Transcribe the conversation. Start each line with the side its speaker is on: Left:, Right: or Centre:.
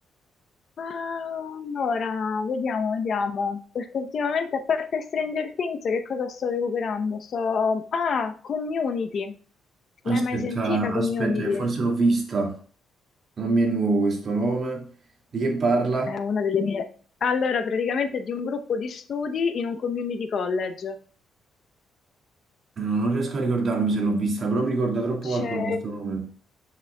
Left: Ah, allora, vediamo, vediamo. Perché ultimamente, a parte Stranger Things, che cosa sto recuperando? Sto... Ah, Community.
Right: aspetta,
Left: L'hai mai sentita, Community?
Right: aspetta, che forse l'ho vista, non mi è nuovo questo nome. Di che parla?
Left: È una delle no. mie. Allora, praticamente è di un gruppo di studi in un community college.
Right: Non riesco a ricordarmi se l'ho vista, però mi ricorda troppo
Left: C'è.
Right: qualcosa questo nome.